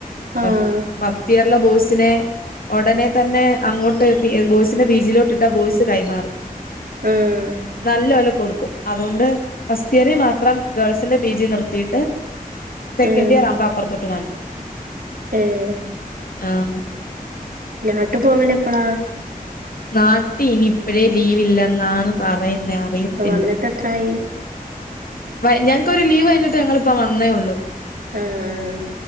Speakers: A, on the left (about 75°); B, on the right (about 75°).
A: അപ്പം
B: ആഹ്
A: ഫസ്റ്റ് ഇയർ ള്ള ബോയ്സിനെ ഉടനെ തന്നെ അങ്ങോട്ട് ബോയ്സിന്റെ പി ജിയിലോട്ടിട്ടാ ബോയ്സ് കൈമാറും
B: ഉം
A: നല്ല പോലെ കൊടുക്കും അതുകൊണ്ട്, ഫസ്റ്റ് ഇയറിൽ മാത്രം ഗേൾസിന്റെ പി ജി നിർത്തിയിട്ട്. സെക്കൻഡ്
B: ആഹ്
A: ഇയർ ആവുമ്പോ അപ്പറത്തോട്ട് മാറ്റി
B: ഏഹ്
A: ആഹ്.
B: നാട്ട് പോവലെപ്പളാ?
A: നാട്ടി ഇനിയിപ്പഴേ ലീവില്ലെന്നാണ് പറയുന്നേ അറിയത്തില്ല.
B: ഇപ്പൊ വന്നിട്ട് എത്രായി
A: വ ഞങ്ങക്കൊരു ലീവ് കഴിഞ്ഞിട്ട് ഞങ്ങിപ്പ വന്നേ ഉള്ളൂ.
B: ആ ആ ആ